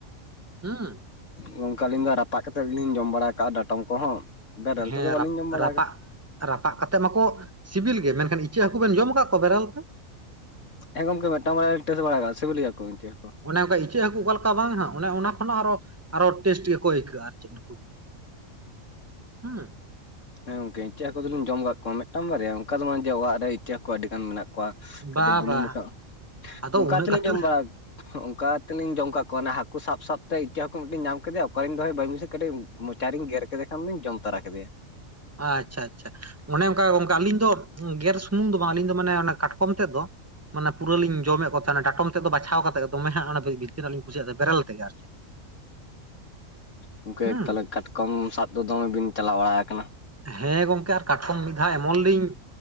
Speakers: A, on the right; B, on the left.
A: ᱦᱩᱸ
B: ᱜᱚᱝᱠᱮ ᱟᱹᱞᱤᱧ ᱫᱚ ᱨᱟᱯᱟᱜ ᱠᱟᱛᱮᱫ ᱜᱮᱞᱤᱧ ᱡᱚᱢ ᱵᱟᱲᱟ ᱟᱠᱟᱜᱼᱟ ᱰᱟᱴᱚᱢ ᱠᱚᱦᱚᱸ ᱵᱮᱨᱮᱞ
A: ᱦᱮᱸ
B: ᱛᱮᱫᱚ ᱵᱟᱹᱞᱤᱧ ᱡᱚᱢ ᱵᱟᱲᱟ
A: ᱨᱟᱯᱟᱜ
B: ᱠᱟᱜ-ᱟ ᱾
A: ᱨᱟᱯᱟᱜ ᱠᱟᱛᱮᱫ ᱢᱟᱠᱚ ᱥᱤᱵᱤᱞ ᱜᱮ, ᱢᱮᱱᱠᱷᱟᱱ ᱤᱪᱟᱹᱜ ᱦᱟᱹᱠᱩ ᱵᱮᱱ ᱡᱚᱢ ᱟᱠᱟᱫ ᱠᱚᱣᱟ ᱵᱮᱨᱮᱞ ᱛᱮ?
B: ᱦᱮᱸ ᱜᱚᱢᱠᱮ ᱢᱤᱫᱴᱟᱝ ᱵᱟᱨᱮᱭᱟ ᱞᱤᱧ ᱴᱮᱥᱴ ᱵᱟᱲᱟ ᱠᱟᱜ-ᱟ ᱥᱤᱵᱤᱞ ᱜᱮᱭᱟᱠᱚ ᱤᱪᱟᱹᱜ ᱦᱟᱹᱠᱩ ᱾
A: ᱚᱱᱮ ᱚᱱᱠᱟ ᱤᱪᱟᱹᱜ ᱦᱟᱹᱠᱩ ᱚᱠᱟ ᱞᱮᱠᱟ ᱵᱟᱝ ᱦᱟᱸᱜ ᱚᱱᱮ ᱚᱱᱟ ᱠᱷᱚᱱᱟᱜ ᱟᱨᱚ ᱟᱨᱚ ᱴᱮᱥᱴ ᱠᱚ ᱟᱹᱭᱠᱟᱹᱜᱼᱟ ᱟᱨ ᱪᱮᱫ ᱱᱩᱠᱩ ᱫᱚ, ᱦᱮᱸ ᱾
B: ᱦᱮᱸ ᱜᱚᱝᱠᱮ ᱤᱪᱟᱹᱜ ᱦᱟᱹᱠᱩ ᱫᱚᱞᱤᱧ ᱡᱚᱢ ᱠᱟᱜ ᱠᱚᱣᱟ ᱢᱤᱫᱴᱟᱝ ᱵᱟᱨᱮᱭᱟ ᱚᱱᱠᱟ ᱫᱚ ᱵᱟᱝ ᱡᱮ ᱚᱲᱟᱜ ᱨᱮ ᱤᱪᱟᱹᱜ ᱦᱟᱠᱩ ᱟᱹᱰᱤ ᱜᱟᱱ ᱢᱮᱱᱟᱜ ᱠᱚᱣᱟ ᱠᱚᱣᱟ
A: ᱵᱟ
B: ᱠᱟᱹᱴᱤᱡ ᱵᱩᱞᱩᱝ
A: ᱵᱟ
B: <unintelligible>
A: ᱟᱫᱚ
B: ᱱᱚᱝᱠᱟ
A: ᱩᱱᱟᱹᱜ
B: ᱦᱟᱞᱤᱧ
A: ᱠᱟᱛᱮᱫ
B: ᱡᱚᱢ ᱵᱟᱲᱟ ᱚᱱᱠᱟ ᱛᱮᱞᱤᱧ ᱡᱚᱢ ᱠᱟᱜ ᱠᱚᱣᱟ ᱚᱱᱮ ᱦᱟᱹᱠᱩ ᱥᱟᱵ ᱥᱟᱵᱛᱮ ᱤᱪᱟᱹᱜ ᱦᱟᱹᱠᱩ ᱢᱤᱫᱴᱤᱝ ᱧᱟᱢ ᱠᱮᱫᱮᱭᱟ ᱚᱠᱟᱨᱮᱧ ᱫᱚᱦᱚᱭ ᱵᱟᱹᱧ ᱵᱩᱡᱷᱟ ᱠᱟᱹᱴᱤᱡ ᱢᱚᱪᱟ ᱨᱤᱧ ᱜᱮᱨ ᱠᱮᱫᱮ ᱠᱷᱟᱱ ᱫᱚᱧ ᱡᱚᱢ ᱛᱟᱨᱟ ᱠᱮᱫᱮᱭᱟ ᱾
A: ᱟᱪᱪᱷᱟ ᱟᱪᱪᱷᱟ, ᱚᱱᱮ ᱚᱱᱠᱟ ᱜᱟᱢᱠᱮ ᱟᱹᱞᱤᱧ ᱫᱚ ᱜᱮᱨ ᱥᱩᱢᱩᱝ ᱫᱚ ᱵᱟᱝ ᱟᱹᱞᱤᱧ ᱫᱚ ᱢᱟᱱᱮ ᱚᱱᱟ ᱠᱟᱴᱠᱚᱢ ᱛᱮᱫ ᱫᱚ ᱢᱟᱱᱮ ᱯᱩᱨᱟᱹ ᱞᱤᱧ ᱡᱚᱢᱮᱫ ᱠᱚ ᱛᱟᱦᱮᱸᱱᱟ ᱰᱟᱴᱚᱢ ᱛᱮᱫ ᱫᱚ ᱵᱟᱪᱷᱟᱣ ᱠᱟᱛᱮᱫ ᱫᱚᱢᱮ ᱦᱟᱸᱜ ᱚᱱᱮ <unintelligible> ᱛᱤᱱᱟᱹ ᱞᱤᱧ ᱠᱩᱥᱤᱭᱟᱜᱼᱟ ᱵᱮᱨᱮᱞ ᱛᱮᱜᱮ ᱟᱨ ᱪᱮᱫ,
B: ᱜᱚᱝᱠᱮ
A: ᱦᱩᱸ
B: ᱛᱟᱦᱚᱞᱮ
A: ᱾
B: ᱠᱟᱴᱠᱚᱢ ᱥᱟᱵ ᱫᱚ ᱫᱚᱢᱮ ᱵᱤᱱ ᱪᱟᱞᱟᱣ ᱵᱟᱲᱟ ᱟᱠᱟᱱᱟ ᱾
A: ᱦᱮᱸ ᱜᱚᱝᱠᱮ ᱟᱨ ᱠᱟᱴᱠᱚᱢ ᱢᱤᱫ ᱫᱷᱟᱣ ᱮᱢᱚᱱ ᱞᱤᱧ